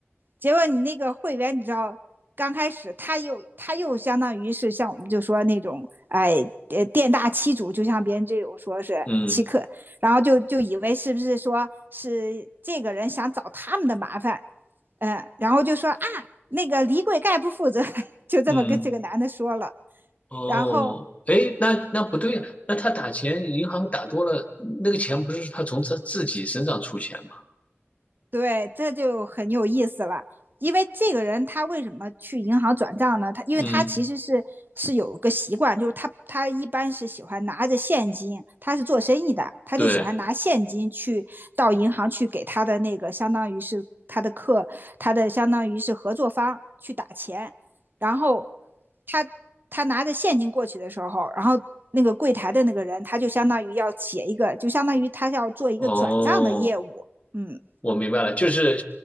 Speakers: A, on the right (about 50°); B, on the left (about 30°).
A: 结果你那个会员，你知道，刚开始他又他又相当于是像我们就说那种，哎，呃，店大欺主，就像别人这种说是欺客，
B: 嗯
A: 然后就就以为是不是说是这个人想找他们的麻烦，嗯，然后就说啊，那个李贵概不负责，<laughs> 就这么跟这个男的说了，
B: 嗯，哦，
A: 然后
B: 诶，那那不对呀、那他打钱，银行打多了，那个钱不是他从他自己身上出钱吗？
A: 对，这就很有意思了。因为这个人他为什么去银行转账呢？他因为他其实是是有个习惯，
B: 嗯，
A: 就是他他一般是喜欢拿着现金，他是做生意的，他就喜欢拿现金去到银行去给他的那个相当于是他的客，
B: 对，
A: 他的相当于是合作方去打钱，然后他他拿着现金过去的时候，然后那个柜台的那个人他就相当于要写一个，就相当于他要做一个转账的业务，
B: 哦。
A: 嗯。
B: 我明白了，就是